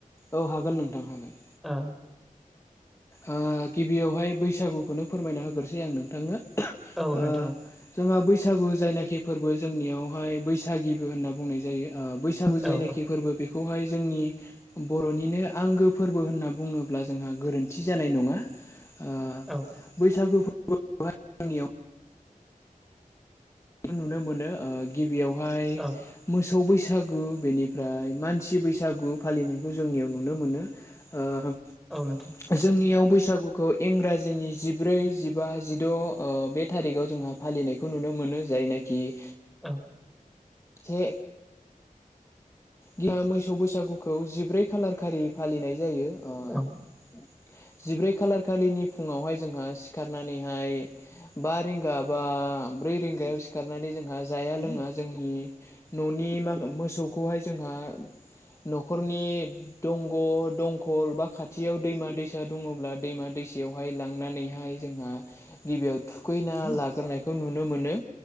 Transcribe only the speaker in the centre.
ओ
औ
नोंथां
औ
औ
औ
औ नोंथां
औ।
औ